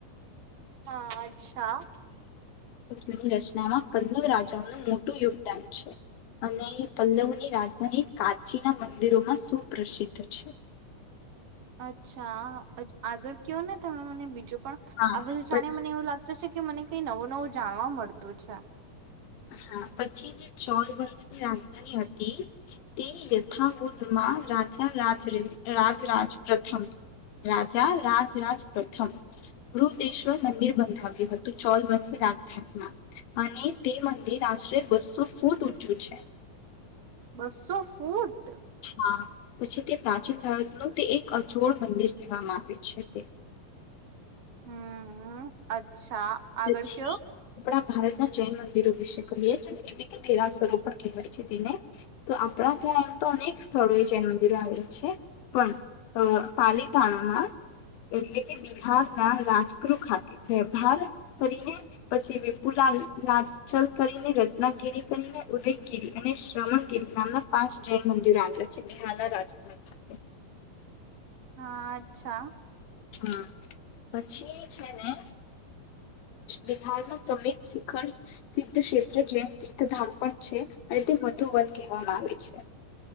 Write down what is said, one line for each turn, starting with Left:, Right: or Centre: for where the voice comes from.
Right: હા અચ્છા.
Left: ની રચનામાં <unintelligible> મોટું યોગદાન છે. અને પલ્લવની રાજધાની કાચીના મંદિરોમાં સુપ્રસિદ્ધ છે.
Right: અચ્છા આગળ કયો ને તમે મને બીજું. પણ
Left: હા
Right: આ બધું જાણે
Left: પછી
Right: મને એવું લાગતું છે કે મને કઈ નવો નવો. જાણવા મળતું છે.
Left: હા પછી જે ચોલ વંશની રાજધાની હતી તે યથાવુદમાં રાજા રાજ રાજ પ્રથમ રાજા રાજ રાજ પ્રથમ વૃદેશ્વર મંદિર બંધાવ્યું હતું ચોલ વંશ રાજધાનીમાં અને. તે મંદિર આશરે બસ્સો ફૂટ ઊંચું છે.
Right: બસો ફૂટ.
Left: હા પછી તે પ્રાચીન ભારતનું તે એક અચોડ મંદિર કહેવામાં આવે છે તે.
Right: હમ અ અચ્છા
Left: પછી
Right: આગળ કયો.
Left: આપણા ભારતના જૈન મંદિરો વિશે કહીએ એટલે કે ધેરાસરો પણ કહેવાય છે તેને તો આપણા ત્યાં એમ તો અનેક સ્થળો એ જૈન મંદિરો આવે છે પણ પાલીતાણામાં એટલે કે બિહારના રાજગૃહ ખાતે વ્યહાર કરીને પછી વિપુલાલ લચલ કરીને રત્નાગીરી કરીને ઉદયગીરી અને શ્રવણગીરી નામના પાંચ જૈન મંદિરો આવેલા છે બિહારના રાજકારટ ખ
Right: હા અચ્છા.
Left: હ પછી છે ને બિહારમાં સમત શિખર સિધ ક્ષેત્ર જે તીર્થધામ પડ છે અને તે વધુ વધ કહેવામાં આવે છે.